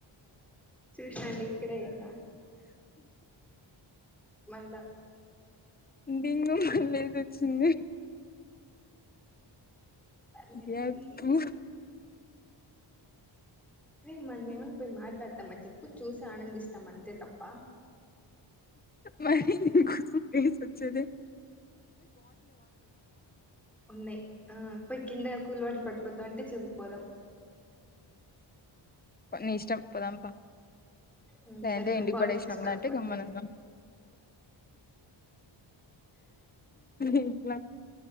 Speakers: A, in the centre; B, on the left.
A: చూసినా ఇక్కడే గా సార్ మళ్ళ
B: డెంగు మలేరియా వచ్చింది
A: పర్లేదు తియ్యి
B: యప్పు
A: రే మనమేమన్న పోయి మాట్లాడతామా చెప్పు చూసి ఆనందిస్తాం అంతే తప్ప
B: మనకు కోసం ఫ్రెండ్స్ వచ్చేది
A: ఉన్నాయి ఆ ఈ కింద కూల్ వాటర్ పట్టుకోద్దాం అని చెప్పి పోదాం
B: ని ఇష్టం పోదాం పా
A: మ్మ్
B: లేదంటే
A: సరే పోయి
B: ఇంటికి
A: బాటిల్
B: పడేసినాం
A: తీసుకురాపో
B: అంటే
A: అయితే
B: గమ్మున ఉందాం ఎట్లా